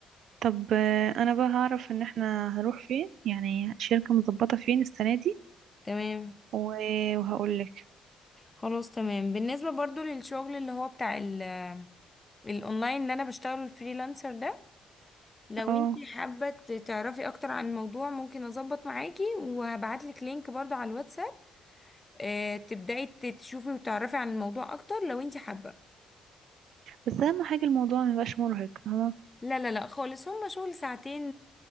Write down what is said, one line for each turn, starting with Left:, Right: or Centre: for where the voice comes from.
Right: طب آه، انا بقى هعرف ان احنا هنروح فين يعني شركة مظبطة فين السنة دي
Left: تمام
Right: و- وهقول لك
Left: خلاص تمام بالنسبة برضو للشغل اللي هو بتاع ال الاونلاين اللي انا بشتغله الفريلانسر ده لو
Right: اه
Left: انت حابة ت- تعرفي اكتر عن الموضوع ممكن اظبط معاكي وهبعتلك لينك برضو على الواتس آه، تبدأي ت- تشوفي وتعرفي عن الموضوع أكتر لو انت حابة
Right: بس اهم حاجة الموضوع ما يبقاش مرهق فاهمة
Left: لا لا لا خالص هما شغل ساعتين